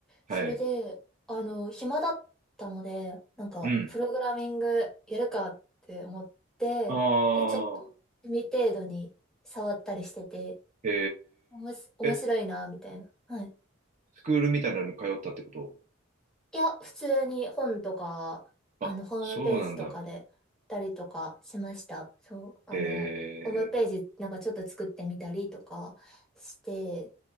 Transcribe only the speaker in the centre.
それで、あの、暇だったので、なんか、
プログラミングやるかって思って、
で、ちょっと、趣味程度に触ったりしてて、
おもし、面白いな、
みたいな。はい
いや、普通に本とか、
あの、ホームページとかで、
たりとかしました。そう、あの、
ホームページなんかちょっと作ってみたりとかして、